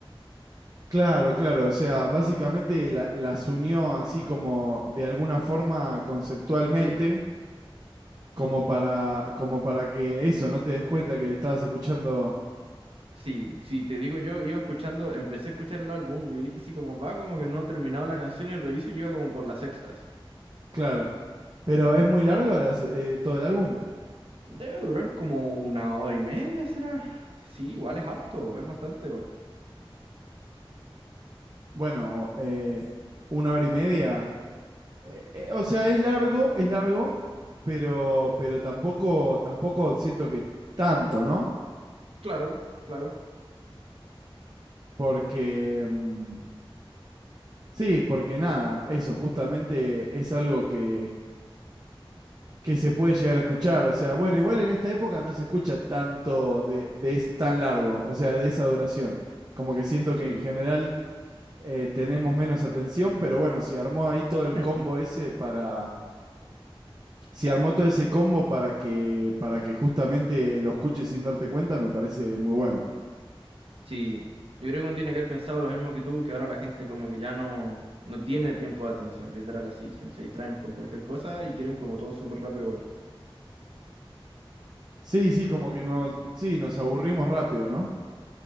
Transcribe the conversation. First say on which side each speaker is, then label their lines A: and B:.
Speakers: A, on the right (about 45°); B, on the right (about 75°).
A: Claro, claro, o sea, básicamente la- las unió así como de alguna forma conceptualmente,
B: Sí.
A: como para, como para que eso, no te des cuenta que estabas escuchando.
B: Sí, sí, te digo, yo iba escuchando, empecé a escuchar el álbum y yo dije, sí, como va, como que no he terminado la canción y reviso y iba como por la sexta, así.
A: Claro. Pero es muy largo las- eh, todo el álbum.
B: Debe durar como una hora y media, ¿será? Sí, igual es harto, es bastante bueno.
A: Bueno, eh, una hora y media. eh, eh, o sea, es largo, es largo, pero, pero tampoco, tampoco siento que tanto, ¿no?
B: Claro, claro,
A: Porque, mm, sí, porque nada, eso justamente es algo que, que se puede llegar a escuchar. O sea, bueno, igual en esta época no se escucha tanto de, de es tan largo, o sea, de esa duración. Como que siento
B: sí,
A: que en general eh, tenemos menos atención, pero bueno, si armó ahí todo el
B: <laughs>
A: combo ese para Si armó todo ese combo para que, para que justamente lo escuches sin darte cuenta, me parece muy bueno.
B: sí. Yo creo que uno tiene que haber pensado lo mismo que tú, que ahora la gente como que ya no, no tiene tiempo de atención, literal así, se se distraen con cualquier cosa y quieren como todo súper rápido, bueno.
A: Sí, sí, como que no, sí, nos aburrimos rápido, ¿no?